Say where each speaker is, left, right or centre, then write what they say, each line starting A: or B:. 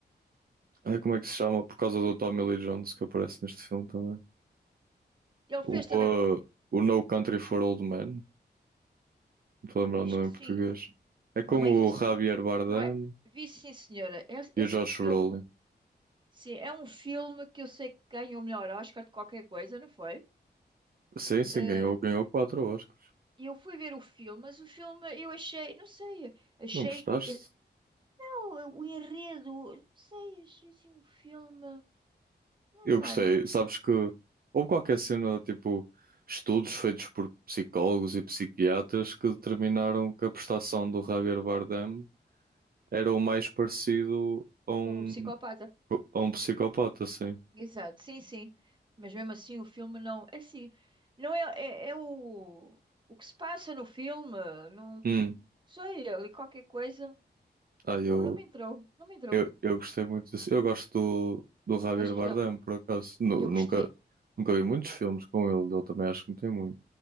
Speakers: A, on the right; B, on the right.
A: ai, como é que se chama? Por causa do Tommy Lee Jones que aparece neste filme também.
B: Ele
A: O,
B: fez também.
A: ah, o No Country for Old Men. Não estou a lembrar
B: Acho
A: o nome
B: que
A: em
B: sim.
A: português. É com
B: Não é esse.
A: o Javier Bardem
B: Não é? Vi sim, senhora. É, é
A: e o
B: sim
A: Josh
B: um filme.
A: Brolin.
B: Sim, é um filme que eu sei que ganhou o melhor Oscar de qualquer coisa, não foi?
A: Sim, sim,
B: Eh,
A: ganhou, ganhou quatro Oscars.
B: eu fui ver o filme, mas o filme eu achei, não sei, achei
A: Não gostaste?
B: que. Não, o enredo, não sei, achei assim um filme.
A: Eu
B: Epá,
A: gostei,
B: não.
A: sabes que houve qualquer cena, tipo, estudos feitos por psicólogos e psiquiatras que determinaram que a prestação do Javier Bardem era o mais parecido a um,
B: Como um psicopata.
A: a um psicopata, assim.
B: Exato, sim, sim. Mas mesmo assim o filme não. É assim, não é, é, é o, o que se passa no filme. Não
A: Hum.
B: sei, ali qualquer coisa.
A: Ah, eu,
B: Não, não me entrou. Não me entrou.
A: eu, eu gostei muito disso. Eu gosto do, do Javier
B: Gostas
A: Bardem,
B: dele?
A: por acaso. Nu-
B: Eu gostei.
A: nunca, nunca vi muitos filmes com ele, ele também acho que não tem muito.